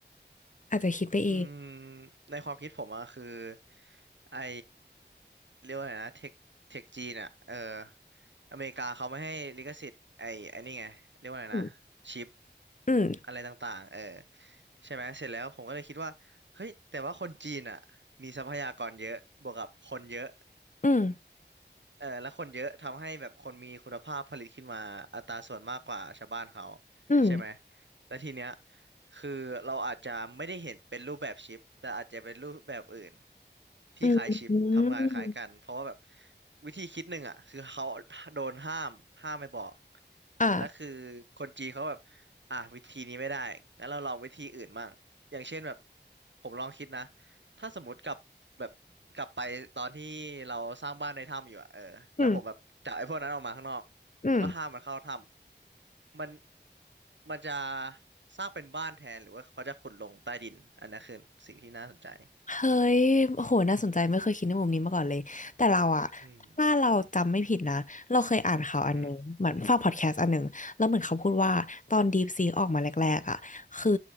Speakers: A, on the left; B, on the right.
A: อาจจะคิดไปเอง
B: อืมในความคิดผมอะคือไอเรียกว่าไงนะเทคเทคจีนอะเอออเมริกาเขาไม่ให้ลิขสิทธิ์ไอไอนี่ไงเรียกว่าไงนะชิป
A: อืมอืม
B: อะไรต่างๆเออใช่ไหมเสร็จแล้วผมก็เลยคิดว่าเฮ้ยแต่ว่าคนจีนอะมีทรัพยากรเยอะบวกกับคนเยอะ
A: อืม
B: เออแล้วคนเยอะทำให้แบบคนมีคุณภาพผลิตขึ้นมาอัตราส่วนมากกว่าชาวบ้านเขา
A: อืม
B: ใช่ไหมและทีเนี้ยคือเราอาจจะไม่ได้เห็นเป็นรูปแบบชิปแต่อาจจะเป็นรูปแบบอื่นที่คล้ายชิปทำงานคล้ายกันเพราะว่าแบบ
A: อืมอืม
B: วิธีคิดหนึ่งอ่ะคือเขาโดนห้ามห้ามไม่บอก
A: อ่า
B: และคือคนจีนเขาแบบอ่ะวิธีนี้ไม่ได้งั้นเราลองวิธีอื่นมั่งอย่างเช่นแบบผมลองคิดนะ ถ้าสมมติกลับแบบกลับไปตอนที่เราสร้างบ้านในถ้ำอยู่อะเออแล้วผมแบบจับไอ้พวกนั้นออกมาข้างนอกแล้วก็ห้ามมันเข้าถ้
A: อืมอืม
B: ำมันมันจะสร้างเป็นบ้านแทนหรือว่าเขาจะขุดลงใต้ดินอันนั้นคือสิ่งที่น่าสนใจ
A: เฮ้ยโอ้โหน่าสนใจไม่เคยคิดในมุมนี้มาก่อนเลยแต่เราอะ
B: อืม
A: ถ้าเราจำไม่ผิดนะเราเคยอ่านข่าวอันหนึ่งเหมือนฟังพอดแคสต์อันหนึ่งแล้วเหมือนเขาพูดว่าตอน
B: อือหือ
A: DeepSeek ออกมาแรกๆอะคือ